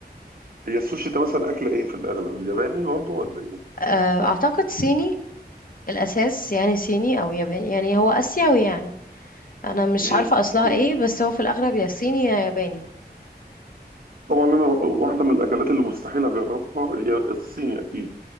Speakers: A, on the right; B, on the left.
A: هي السوشي ده مثلا اكله ايه في الاغلب ياباني برضو ولا ايه
B: آه، أعتقد صيني الأساس يعني صيني أو ياباني يعني هو آسيوي يعني أنا مش
A: مم.
B: عارفة أصلها
A: مم.
B: إيه بس هو في الأغلب يا صيني يا ياباني
A: طبعا انا واحده من الاكلات اللي مستحيل اجربها اليا- الصيني اكيد